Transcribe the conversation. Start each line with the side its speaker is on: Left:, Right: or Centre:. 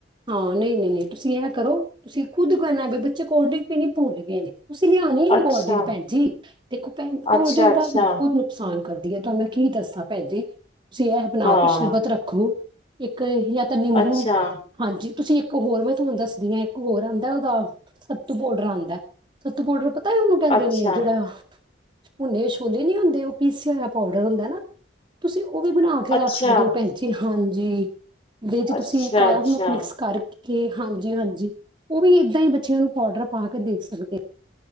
Right: ਹਾਂ ਨਹੀਂ ਨਹੀਂ ਨਹੀਂ ਤੁਸੀਂ ਇਹਂ ਕਰੋ ਤੁਸੀਂ ਖੁਦ ਕਹਿਨਾ ਬੱਚੇ ਕੋਲਡ ਡਰਿੰਕ ਵੀ ਨੀ ਭੁੱਲ ਗਏ ਨੇ ਤੁਸੀਂ ਲਿਆਣੇ ਹੀ
Left: ਅੱਛਾ,
Right: ਨ ਕੋਲਡ ਡਰਿੰਕ ਭੈਣਜੀ ਦੇਖੋ ਕੋਲਡ
Left: ਅੱਛਾ-ਅੱਛਾ
Right: ਡਰਿੰਕ ਦਾ ਬਹੁਤ ਨੁਕਸਾਨ ਕਰਦਾ ਤੁਹ ਮੈਂ ਕੀ ਦੱਸਾਂ ਭੈ ਜੇ ਤੁਸੀਂ ਇਹ ਬਣਾ
Left: ਹਾਂ
Right: ਕੇ ਸ਼ਰਬਤ ਰੱਖੋ ਇੱਕ ਜ ਤਾਂ ਨਿੰਬੂ
Left: ਅੱਛਾ,
Right: ਹਾਂਜੀ ਤੁਸੀਂ ਇੱਕ ਹੋਰ ਮੈਂ ਤੁਹਾਨੂੰ ਦੱਸਦੀ ਹ ਇੱਕ ਹੋਰ ਆਉਂਦਾ ਉਹਦਾ ਸੱਤੂ ਪਾਊਡਰ ਆਉਂਦਾ ਹੈੱੂ ਪਾਊਡਰ ਪਤਾ ਹੀ ਉਹਨੂੰ ਕਹਿੰਦੇ
Left: ਅੱਛਾ,
Right: ਨੇ ਜਿਹੜਾ ਭੁੰਨੇ ਛੋਲੇ ਨੀ ਹੁੰਦੇ ਉਹ ਪੀਸਿਆਆ ਪਾਊਡਰ ਹੁੰਦਾ ਨਾ ਤੁਸੀਂ ਉਹ ਵੀ ਬਣਾ ਕੇ ਰੱਖ
Left: ਅੱਛਾ,
Right: ਸਕਦੇ ਹੋ ਪੈਂਚੀ ਹਾਂਜੀ ਦੇ ਜੇ ਤੁਸੀਂ
Left: ਅੱਛਾ-ਅੱਛਾ
Right: ਕਾਰਾਮਕ ਮਿਕਸ ਕਰਕੇ ਕੇ ਹਾਂਜੀ ਹਾਂਜੀ ਉਹ ਵੀ ਏਦਾਂ ਹੀ ਬੱਚਿਆਂ ਨੂੰ ਪਡਰ ਪਾ ਕੇ ਦੇਖ ਸਕਦੇ ਆ